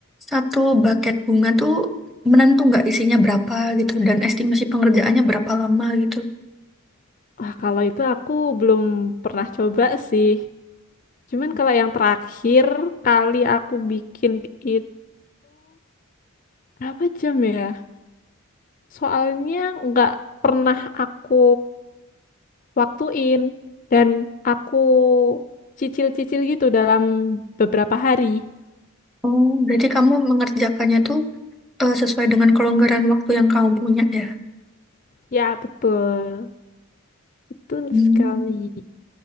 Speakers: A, in the centre; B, on the left.
A: satu buket bunga tuh menentu nggak isinya berapa gitu dan estimasi pengerjaannya berapa lama gitu.
B: <laughs> Wah, kalau itu aku belum pernah coba sih. Cuman kalau yang terakhir kali aku bikin itu berapa jam ya? Soalnya nggak pernah aku waktuin dan aku cicil-cicil gitu dalam beberapa hari.
A: Oh, berarti kamu mengerjakannya tuh eh, sesuai dengan kelonggaran waktu yang kamu punya ya?
B: Ya, betul. Betul
A: Hmm.
B: sekali.